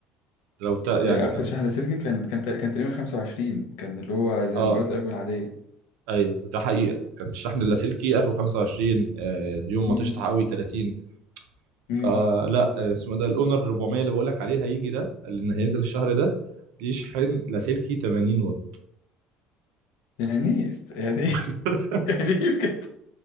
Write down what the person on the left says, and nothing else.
آه، اكتر
شحنة سلكي كان كان تق- كان تقريبا 25 كان اللي هو زي
الموبايلات الايفون العادية
امم
امم
يعني ايه است- يعني ايه
<laughs> يعني ايه بجد